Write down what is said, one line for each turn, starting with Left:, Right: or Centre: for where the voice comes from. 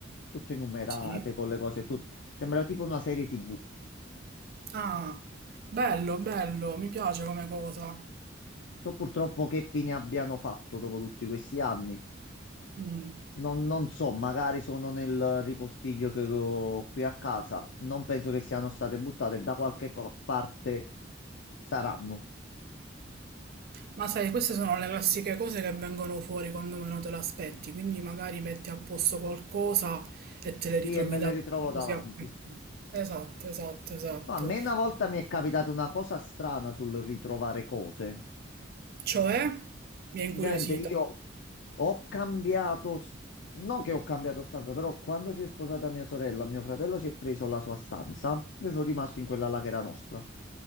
Left: tutte numerate
Right: Sì.
Left: con le cose, tut- sembrava tipo una serie TV.
Right: Ah, bello, bello, mi piace come cosa.
Left: Non so purtroppo che fine abbiano fatto dopo tutti questi anni.
Right: Mm.
Left: Non, non so, magari sono nel ripostiglio che ho qui a casa. Non penso che siano state buttate, da qualche pa- parte saranno.
Right: Ma sai, queste sono le classiche cose che vengono fuori quando meno te l'aspetti, quindi magari metti a posto qualcosa e te le
Left: Sì,
Right: ritrovi
Left: e me
Right: davanti
Left: le ritrovo davanti.
Right: così a... Esatto, esatto, esatto.
Left: No, a me una volta mi è capitata una cosa strana sul ritrovare cose.
Right: Cioè, mi ha incuriosita.
Left: Praticamente io ho cambiato, s- non che ho cambiato stanza, però quando si è sposata mia sorella, mio fratello si è preso la sua stanza. Io sono rimasto in quella là che era nostra.